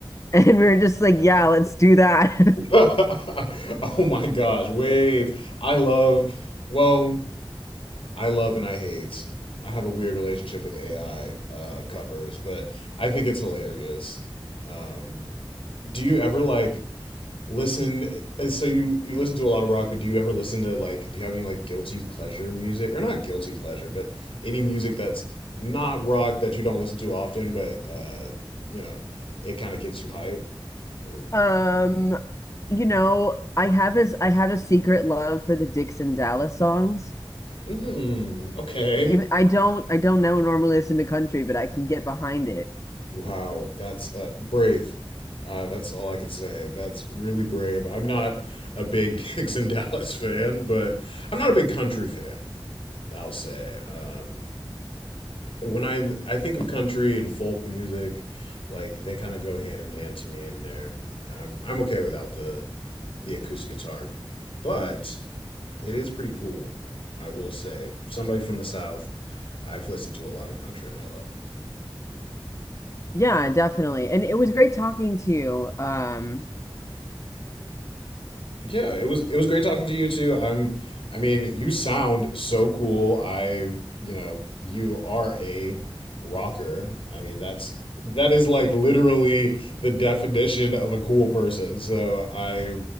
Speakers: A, on the left (about 35°); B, on the left (about 75°).
A: And we were just like, yeah, let's do that. <laughs>
B: <laughs> oh my gosh wait I love well I love and I hate I have a weird relationship with AI uh, covers but I think it's hilarious um, do you ever like listen so you you listen to a lot of rock but do you ever listen to like do you have any like guilty pleasure music or not guilty pleasure but any music that's not rock that you don't listen to often but uh you know it kind of gets you hype or
A: Um, you know, I have a s- I have a secret love for the Dixon Dallas songs.
B: mm, okay
A: Even, I don't I don't know normally listen to country, but I can get behind it.
B: wow that's uh brave uh that's all i can say that's really brave i'm not a big <laughs> dixon dallas fan but i'm not a big country fan i'll say um when I I think of country and folk music, like they kind of go hand in hand to me in there. I'm I'm okay without the the acoustic guitar, but it is pretty cool. I will say, somebody from the south, I've listened to a lot of country in my life.
A: Yeah, definitely. And it was great talking to you. Um,
B: Yeah, it was it was great talking to you too. I'm I mean, you sound so cool. I, you know, you are a rocker. I mean, that's that is like literally the definition of a cool person. So I